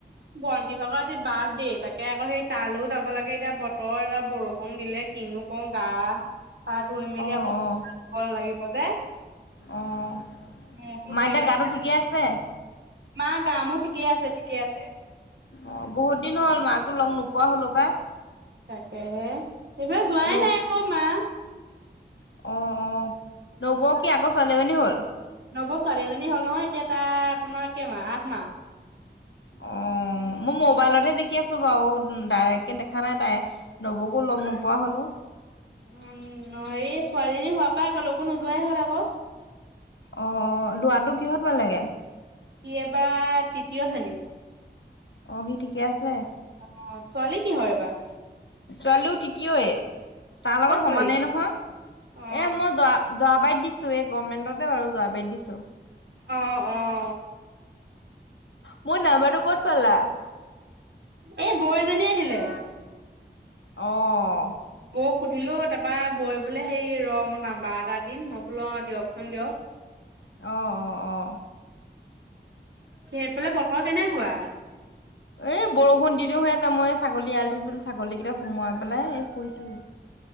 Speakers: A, on the right; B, on the left.
A: বন্তি ভাগৰ আজি বাৰ্থ দে তাকে আকৌ সেই তালও যাব লাগে এতিয়া বতৰ এটা বৰষুণ দিলে কিনো কও গা পা ধুই মেলি
B: অ অ
A: আকৌ
B: অ
A: ভৰ লাগিব যে।
B: অ'
A: মূৰতো
B: মাৰ
A: ধুই
B: এতিয়া
A: পেলাই
B: গাটো ঠিকে আছে?
A: মা গা মোৰ ঠিকে আছে ঠিকে আছে।
B: অ' বহুত দিন হ'ল মাকো লগ নোপোৱা হলো পাই।
A: তাকেহে, হেইফালে যোৱাই
B: ন
A: নাই আকৌ মা।
B: অ', অ', নবৌ কি আকৌ ছোৱালী এজনী হ'ল?
A: নব ছোৱালী এজনী হ'ল নহয় এতিয়া তাৰ আপোনাৰ কেইমাহ আঠ মাহ।
B: অ মই মোবাইলতহে দেখি আছো বাৰু ডাইৰেক্ট কে দেখা নাই তাই নবৌকো লগ নোপোৱা হলো।
A: উম' হেই ছোৱালীজনী হোৱাৰ পৰা কলৌকো নোযোৱাই হ'ল আক।
B: অ অ লোৱাটো কিহত পালেগে?
A: সি এবা তৃতীয় শ্ৰেণী।
B: অ সি ঠিকেই আছে।
A: অঁ' ছোৱালী কিহত এবা?
B: ছোৱালীও তৃতীয়ই তাৰ লগত
A: ক'ত পঢ়ি
B: সমানে নহয়
A: অ
B: এ মই যৱা- যৱাবাইত দিছো এই গভমেণ্টতে বাৰু যৱাবাইত দিছো।
A: অঁ অঁ'
B: মোৰ নাম্বাৰটো ক'ত পালা?
A: এ বৌ এজনীয়ে দিলে।
B: অঁ'
A: বৌক সুধিলো তাপ বৌৱে বোলে হেৰি ৰ মই নাম্বাৰ এটা দিম, ময় বোলো অ' দিয়কচোন দিয়ক। <inaudible>
B: অ অ' অ',
A: সেইফালে বতৰ কেনেকুৱা?
B: এই বৰষুণ দিও দিও হৈ আছে মই এ ছাগলী এয়াল দিছিলো ছাগলীগেইটা সোমোৱাই পেলাই এ শুইছোহি।